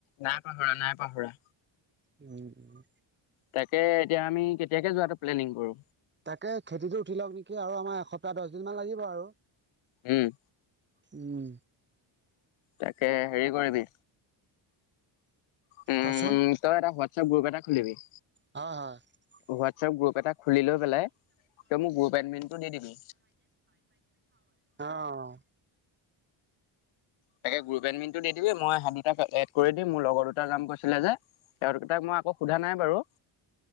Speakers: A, on the left; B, on the right.
A: নাই পাহৰা নাই পাহৰা।
B: উম উম'।
A: তাকে এতিয়া আমি কেতিয়াকে যোৱাটো প্লেনিং কৰো?
B: তাকে খেতিটো উঠি লওক নেকি, আৰু আমাৰ এসপ্তাহ দহ দিন মান লাগিব আৰু।
A: উম।
B: উম।
A: তাকে, হেৰি কৰিবি? উম'
B: কচোন
A: তই এটা হোৱাট্ছআপ গ্ৰুপ এটা খুলিবি।
B: হয় হয়। <unintelligible>
A: হোৱাটছএপ গ্ৰুপ এটা খুলি লৈ পেলাই তই মোক গ্ৰুপ এডমিনটো দি দিবি
B: অঁ অঁ।
A: তাকে গ্ৰুপ এডমিনটো দি দিবি মই সেট দুটা এড কৰি দিম মোৰ লগৰ দুটা যাম কৈছিলে যে। আৰু তাক মই আকৌ সোধা নাই বাৰু।